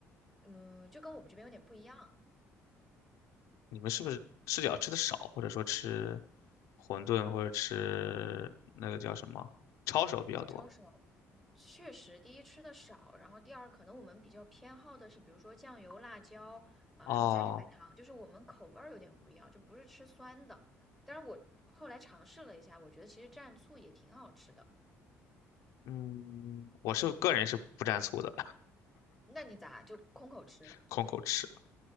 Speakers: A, in the centre; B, on the left.
A: 嗯，就跟我们这边有点不一样，
B: 你们是不是吃饺吃的少，或者说吃馄饨或者吃那个叫什么抄手比较多？
A: 抄手。确实，第一吃的少，然后第二可能我们比较偏好的是，比如说酱油、辣椒啊，
B: 哦，
A: 然后加点白糖，就是我们口味儿有点不一样，就不是吃酸的。但是我后来尝试了一下，我觉得其实蘸醋也挺好吃的。
B: 嗯，我是个人是不蘸醋的，
A: 那你咋就空口吃？
B: <laughs> 空口吃。